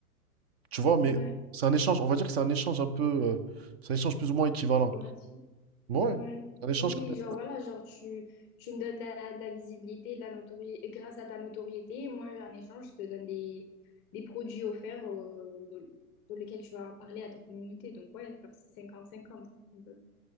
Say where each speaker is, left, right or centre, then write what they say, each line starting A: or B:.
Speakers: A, on the right; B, on the left.
A: Tu vois,
B: Ouais.
A: mais c'est un échange, on va dire que c'est un échange un peu. euh, c'est un échange plus ou moins équivalent.
B: Commercial.
A: Ouais,
B: Ouais.
A: un échange
B: Oui,
A: comme
B: genre
A: ça.
B: voilà, genre tu, tu me donnes de la, de la visibilité, de la notoriété, grâce à ta notoriété, moi en échange, je te donne des, des produits offerts euh, dans, dans lesquels tu vas en parler à ta communauté. Donc ouais, genre c'est cinquante cinquante un peu.